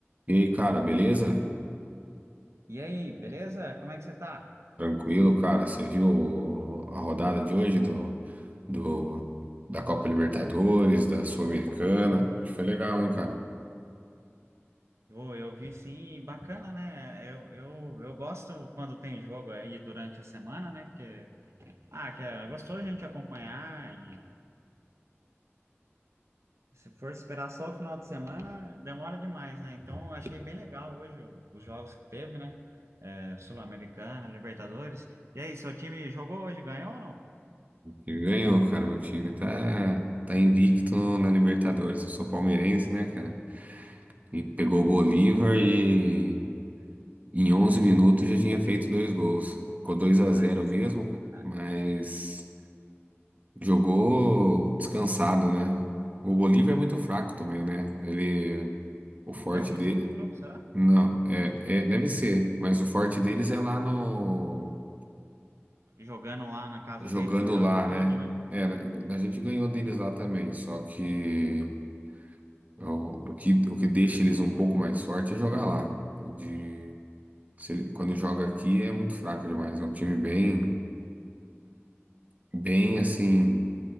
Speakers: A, on the right; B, on the right.
A: E aí, cara, beleza?
B: E aí, beleza? Como é que você tá?
A: Tranquilo, cara. Você viu a rodada de hoje do, do- da Copa Libertadores, da Sul-Americana? Hoje foi legal, hein, cara?
B: Eu, eu vi sim, bacana, né? Eu, eu, eu gosto quando tem jogo aí durante a semana, né? Que, ah, que é gostoso a gente acompanhar e se for esperar só o final de semana, demora demais, né? Então, eu achei bem legal hoje o- os jogos que teve, né? É, Sul-Americana, Libertadores. E aí, seu time jogou hoje, ganhou ou não?
A: E ganhou, cara. Meu time tá, tá invicto na Libertadores. Eu sou palmeirense, né, cara? E pegou o Bolívar e em 11 minutos já tinha feito dois gols. Ficou dois a zero
B: Aí sim.
A: mesmo, cara.
B: Ah,
A: Mas jogou descansado, né? O Bolívar é muito fraco também, né? Ele O forte
B: É o
A: de...
B: último do grupo, será?
A: Não, é, é, deve ser, mas o forte deles é lá no...
B: Jogando lá na casa
A: Jogando
B: deles, né? Altitude,
A: lá, né?
B: né?
A: É, a gente ganhou deles lá também, só que o, o que o que deixa eles um pouco mais forte é jogar lá. O De, se ele- quando joga aqui é muito fraco demais, é um time bem, bem assim,